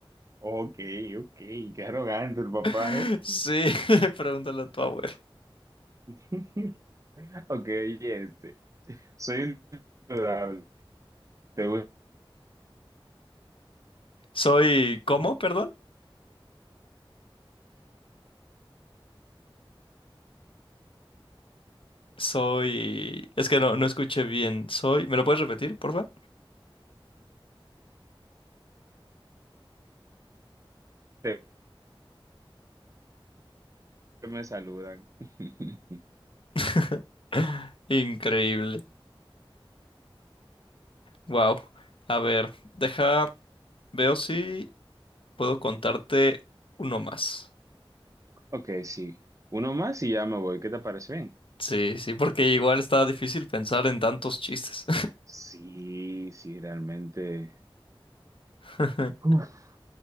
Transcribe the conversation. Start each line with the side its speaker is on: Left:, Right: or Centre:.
Right: Ok, ok, qué arrogante el papá,
Left: <laughs>
Right: ¿eh?
Left: Sí, <laughs> pregúntale a tu abuelo.
Right: <laughs> Ok, oye, este. Soy un Te gusta
Left: Soy, ¿cómo? Perdón. Soy, es que no, no escuché bien. Soy, ¿me lo puedes repetir, porfa?
Right: que me saludan. <laughs>
Left: <laughs> Increíble. Wow. A ver, deja, veo si puedo contarte uno más.
Right: Ok, sí. Uno más y ya me voy. ¿Qué te parece bien?
Left: Sí, sí, porque igual está difícil pensar en tantos chistes.
Right: Sí, sí, realmente.
Left: <laughs>
Right: Uf.